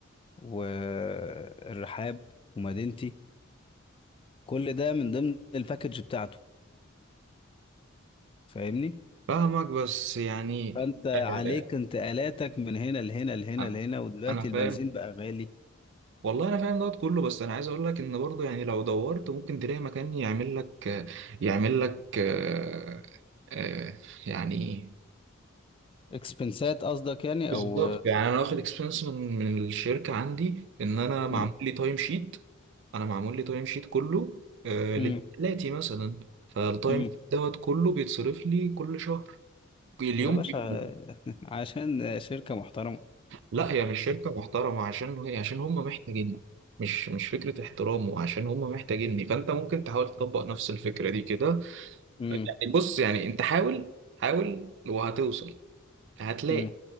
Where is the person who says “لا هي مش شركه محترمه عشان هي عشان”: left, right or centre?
Right